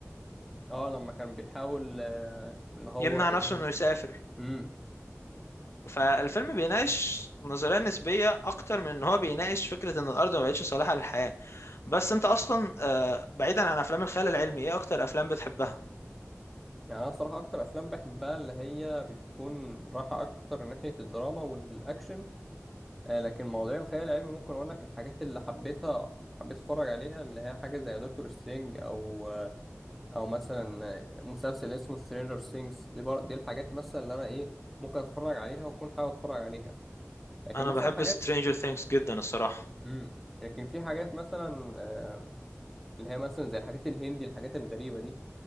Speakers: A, in the centre; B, on the left.
A: اه لما كان بيحاول آه، اللي هو
B: يمنع
A: يعمل
B: نفسه انه يسافر
A: امم
B: فالفيلم بيناقش نظرية نسبية أكتر من إن هو بيناقش فكرة إن الأرض ما بقتش صالحة للحياة بس أنت أصلا آه، بعيدا عن أفلام الخيال العلمي إيه أكتر أفلام بتحبها؟
A: يعني انا الصراحه اكتر افلام بحبها اللي هي بتكون رايحه اكتر ناحيه الدراما والاكشن آه لكن مواضيع الخيال العلمي ممكن اقول لك الحاجات اللي حبيتها حبيت اتفرج عليها اللي هي حاجه زي دكتور سترينج او آه، او مثلا آه، مسلسل اسمه سترينجر سينجز دي بر... دي الحاجات مثلا اللي انا ايه ممكن اتفرج عليها واكون حابب اتفرج عليها لكن
B: انا
A: مثلا
B: بحب
A: حاجات
B: Stranger Things جدا الصراحة
A: امم لكن في حاجات مثلا آه، اللي هي مثلا زي الحاجات الهندي الحاجات الغريبة دي